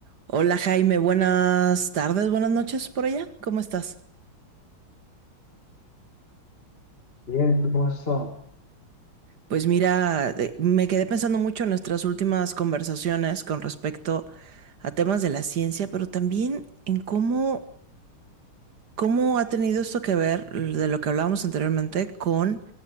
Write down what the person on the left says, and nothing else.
Bien, ¿tú cómo has estado?